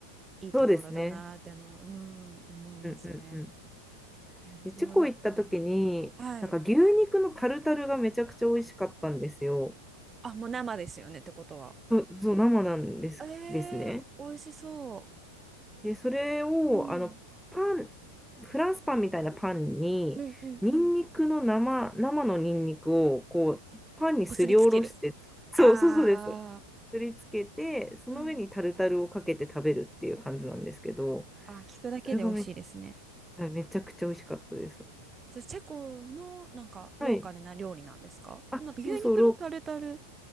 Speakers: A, on the right; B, in the centre.
A: いいところだなーっての、
B: そうですね。
A: うん、思いますね。
B: うんうんうん。
A: いやヨーロッパ。
B: で、チェコ行った時に、
A: はい。
B: なんか牛肉のタルタルがめちゃくちゃ美味しかったんですよ。
A: あ、もう生ですよねってことは。
B: そう、そう、生なんです、
A: えー、
B: ですね。
A: 美味しそ
B: で、それを、
A: う。うん。
B: あの、パン、フランスパンみたいなパンに、
A: うんうんうん。
B: ニンニクの生、生のニンニクを、こう、パンにすりおろして、
A: こすりつける。
B: そうそうそうです。
A: あ
B: すりつけて、その上にタルタルをかけて食べるっていう感じなんですけど、
A: ー。うん。あー、聞くだけで美味しいですね。
B: それがめ、はいめちゃくちゃ美味しかったです。
A: それチェコのなんかローカルな料理なんですかでもなんか牛肉のタルタル
B: はい。あ、そうそう、ロー、